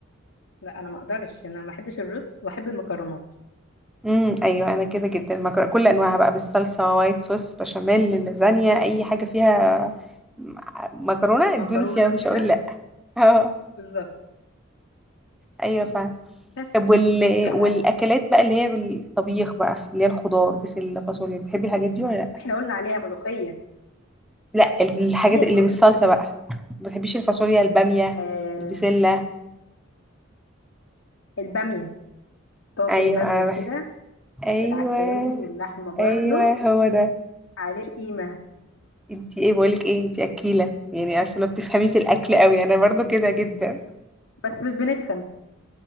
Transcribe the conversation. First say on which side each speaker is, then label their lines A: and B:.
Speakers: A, on the left; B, in the centre.
A: لا انا ما اقدرش انا ما احبش الرز واحب المكرونات
B: امم ايوه انا كده جدا مكرونه كل انواعها بقى بالصلصه وايت صوص بشاميل لازانيا اي حاجه فيها م- مكرونه
A: مكرونه
B: ادوني فيها مش
A: كده
B: هقول لا <laughs> اه
A: بالظبط
B: ايوه فاهم
A: بس
B: طب وال...
A: ف-
B: والاكلات بقى اللي هي بالطبيخ بقى اللي هي الخضار بسله فاصوليا بتحبي الحاجات دي ولا لا
A: احنا قلنا عليها ملوخيه
B: لا الحاجات
A: هي الملوخيه
B: اللي بالصلصه بقى ما بتحبيش الفاصوليا الباميه
A: آه
B: البسله
A: الباميه طاجن
B: ايوه
A: باميه
B: انا
A: كده
B: بح... ايوه
A: بالعكاوي واللحمه برضو
B: ايوه هو ده
A: عليه القيمه
B: انتي ايه بقولك ايه انتي اكيله يعني عارفه لو بتفهمي في الاكل قوي انا برضو كده جدا
A: بس مش بنتخن